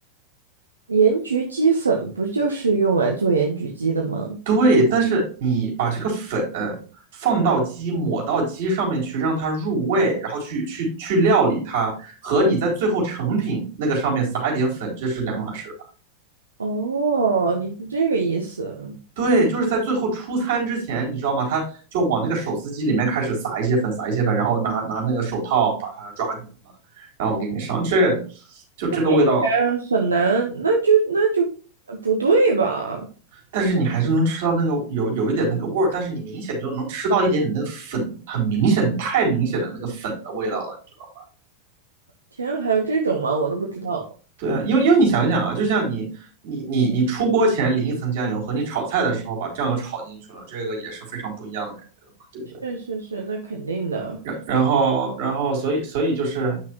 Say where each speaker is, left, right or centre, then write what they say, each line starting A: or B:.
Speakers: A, on the right (about 75°); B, on the right (about 50°).
A: 盐焗鸡粉不就是用来做盐焗鸡的吗？
B: 对，但是你把这个粉放到鸡，抹到鸡上面去，让它入味，然后去去去料理它，和你在最后成品那个上面撒一点粉，这是两码事吧？
A: 哦，你是这个意思，
B: 对，就是在最后出餐之前，你知道吗？他就往那个手撕鸡里面开始撒一些粉，撒一些粉，然后拿拿那个手套把它抓匀了，然后我给你上，这就这个味道。
A: 那应该很难，那就那就呃不对吧？
B: 但是你还是能吃到那个有有一点那个味儿，但是你明显就能吃到一点点那个粉，很明显、太明显的那个粉的味道了，你知道。吗？
A: 天啊，还有这种吗？我都不知道。
B: 对啊，因为因为你想想啊，就像你你你你出锅前淋一层酱油，和你炒菜的时候把酱油炒进去了，这个也是非常不一样的感觉的嘛，对不对？
A: 确实是，那肯定的。
B: 然然后然后所以所以就是，